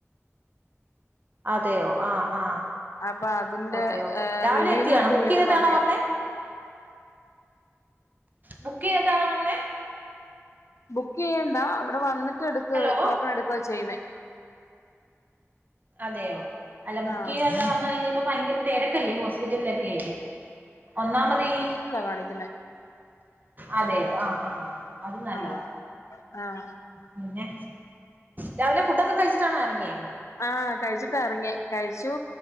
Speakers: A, on the right (about 35°); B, on the left (about 75°).
A: അതെയോ ആ ആ
B: അപ്പൊ അതിന്റെ
A: ഓക്കേ ഓക്കെ രാവിലെ
B: റിവ്യൂവിന്
A: എത്തിയാണോ
B: വേണ്ടി
A: ബുക്ക്
B: വീണ്ടും
A: ചെയ്തട്ടാണോ
B: വന്നയാ
A: വന്നേ. ബുക്ക് ചെയ്തിട്ടാണോ വന്നെ.
B: ബുക്ക് ചെയ്യേണ്ടാ അവിടെ വന്നിട്ട് എടുക്ക
A: ഹലോ
B: ടോക്കൺ എടുക്കുക ചെയ്യുന്നേ.
A: അതെയോ അല്ല ബുക്ക്
B: ആഹ്
A: ചെയ്യാതെ വന്നഴിഞ്ഞ ഇപ്പ ഭയങ്കര തിരക്കല്ലേയോ ഹോസ് സ്പിറ്റലിലൊക്കെ ഒന്നാമത് ഈ
B: കാണിക്കുന്നെ
A: അതെയോ ആഹ് ആഹ് അത് നല്ലതാ
B: ആഹ് ആഹ്
A: പിന്നെ രാവിലെ ഫുഡൊക്കെ കഴിച്ചിട്ടാണോ ഇറങ്ങിയേ.
B: ആഹ് കഴിച്ചിട്ടാ എറങ്ങിയേ കഴിച്ചു